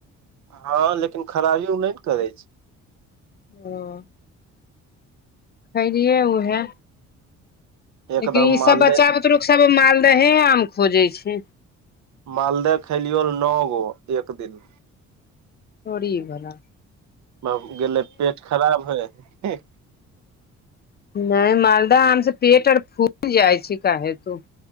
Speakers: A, on the right (about 70°); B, on the left (about 35°).
A: हाँ लेकिन खराबीयों ने न करै छै।
B: ह खैलियै उहै
A: छै एकदम
B: लेकिन ई
A: मालदह
B: सब बच्चा बुतरुक सब मालदहे आम खोजे छैय।
A: मालदह खैलियौं नों गो एक दिन में।
B: तोड़ी भला।
A: बाउ गेलै पेट खराब भय
B: नै मालदह आम से पेट और फूल जाइ छै काहे तो।